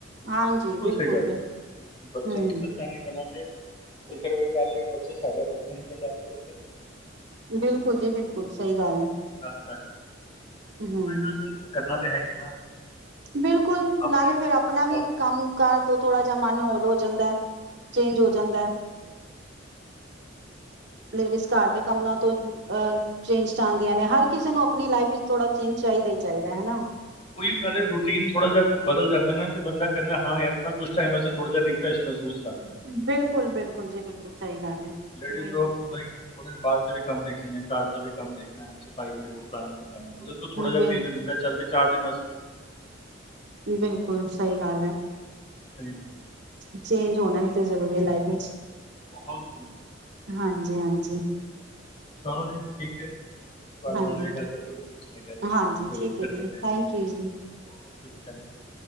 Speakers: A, on the right; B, on the left.
A: ਹਾਂਜੀ ਬਿਲਕੁਲ
B: ਸਹੀ ਗੱਲ
A: ਬਿਲਕੁਲ
B: ਹੈ। ਬੱਚਿਆਂ
A: ਹਮ
B: ਨੂੰ ਬੱਚਾ ਨਹੀਂ ਬਣਾਂਗੇ ਤੇ ਫਿਰ ਉਹ ਗੱਲ ਉਹ ਬੱਚੇ ਸਾਡੇ ਹੱਥੋਂ ਨਿਕਲ ਜਾ ਕੇ
A: ਬਿਲਕੁਲ ਜੀ ਬਿਲਕੁਲ ਸਹੀ ਗੱਲ ਹੈ
B: ਬਸ ਬਸ
A: ਹੂੰ,
B: ਕੋਈ ਗੱਲ ਨਹੀਂ ਕਰਨਾ ਤੇ ਹੈ ਈ ਨਾ
A: ਬਿਲਕੁਲ
B: ਆਪਣੇ
A: ਨਾਲੇ ਫਿਰ ਆਪਣਾ ਵੀ
B: ਆਪ
A: ਕੰਮ ਕਰ ਘਰ ਤੋਂ ਥੋੜਾ ਜਿਹਾ ਮਨ ਹੋਰ ਹੋ ਜਾਂਦਾ ਹੈ ਚੇਂਜ ਹੋ ਜਾਂਦਾ ਹੈ ਲੇਡੀਜ਼ ਘਰ ਦੇ ਕੰਮਾਂ ਤੋਂ ਅਹ ਚੇਂਜ ਚਾਂਦੀਆਂ ਨੇ ਹਰ ਕਿਸੇ ਨੂੰ ਆਪਣੀ ਲਾਈਫ ਵਿਚ ਥੋੜਾ ਚੇਂਜ ਚਾਹੀਦਾ ਚਾਹੀਦਾ ਹੈਨਾ।
B: ਉਹੀ ਗੱਲ ਹੈ ਥੋੜਾ ਬਦਲ ਜਾਂਦੇ ਨੇ ਤੇ ਬੰਦਾ ਕਹਿੰਦਾਂ ਯਾਰ ਕੁਛ ਟਾਈਮ ਵਾਸਤੇ ਥੋੜਾ ਜਹਾ ਰਿਫਰੈਸ਼ ਮਹਿਸੂਸ ਕਰ ਰਿਹਾ
A: ਬਿਲਕੁਲ ਬਿਲਕੁਲ ਜੀ ਬਿਲਕੁਲ ਸਹੀ ਗੱਲ ਹੈ
B: ਲੇਡੀਜ਼
A: ਉਹੀ
B: ਲੋਕ ਬਈ ਉਹਨਾਂ ਨੇ ਬਾਹਰ ਦੇ ਵੀ ਕੰਮ ਦੇਖਣੇ ਘਰ ਦਾ ਵੀ ਕੰਮ ਦੇਖਣਾ ਸਫਾਈ ਜ਼ਰੂਰ ਕਰਾਨਾ ਉਹਦੇ ਥੋੜਾ
A: ਬਿਲ
B: ਜ ਦਿੰਦਾ ਚੱਲ ਵੀ ਚਾਰ ਦਿਨਾਂ
A: ਬਿਲਕੁਲ ਸਹੀ ਗੱਲ ਹੈ
B: ਸਹੀ ਲੱਗਦਾ
A: ਚੇਂਜ ਹੋਣਾ ਵੀ ਤੇ ਜ਼ਰੂਰੀ ਹੈ ਲਾਈਫ ਵਿੱਚ।
B: ਬਹੁਤ
A: ਹਾਂਜੀ-ਹਾਂਜੀ
B: ਚਲੋ ਜੀ ਠੀਕ ਏ ਤੁਹਾਡੇ
A: ਹਾਂਜੀ
B: ਨਾਲ ਵੀ ਗੱਲ ਕਰਕੇ ਬਹੁਤ ਅੱਛਾ ਲਗਿਆ ਜੀ
A: ਹਾਂਜੀ
B: ਜਰੂਰ
A: ਠੀਕ
B: ਫੇਰ
A: ਹੈ ਜੀ
B: ਕਰਦੇ
A: ਥੈਂਕ
B: ਹਾਂ
A: ਯੂ ਜੀ
B: ਓਕੇ ਜੀ ਥੈਂਕ ਯੂ।